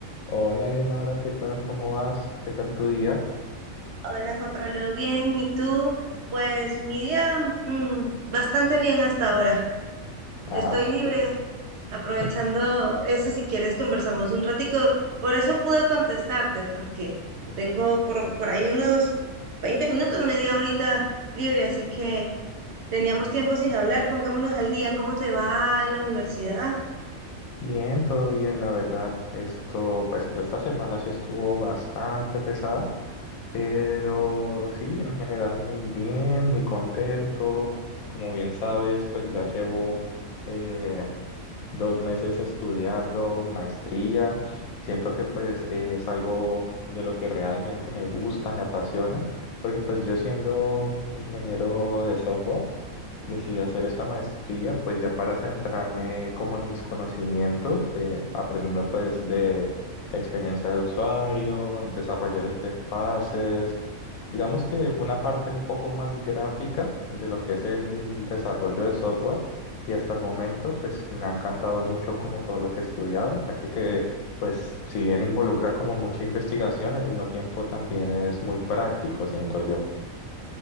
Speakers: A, on the left (about 80°); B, on the right (about 65°).
A: Hola, Diosmara, ¿qué tal? ¿Cómo vas? ¿Qué tal tu día?
B: Hola Juan Pablo, bien, ¿y tú? Pues mi día mm, bastante bien hasta ahora.
A: Ah,
B: Estoy
A: súper.
B: libre, aprovechando
A: <laughs>
B: eso, si quieres conversamos un ratico. Por eso pude contestarte, porque tengo por, por ahí unos 20 minutos, media horita libre, así que teníamos tiempo sin hablar. Pongámonos al día, ¿cómo te va en la universidad?
A: Bien, todo bien, la verdad. Esto, pues, esta semana sí estuvo bastante pesada, pero sí, en general muy bien, muy contento. Como bien sabes, pues ya llevo eh, dos meses estudiando mi maestría. Siento que pues eh, es algo de lo que realmente me gusta, me apasiona, porque pues yo siendo ingeniero de software, Decidí hacer esta maestría pues ya para centrarme como en mis conocimientos, eh, aprendiendo pues de experiencia de usuario, el desarrollo de interfaces, digamos que una parte un poco más gráfica de lo que es el desarrollo de software y hasta el momento pues me ha encantado mucho como todo lo que he estudiado, ya que, que pues si bien involucra como mucha investigación, al mismo tiempo también es muy práctico, siento yo.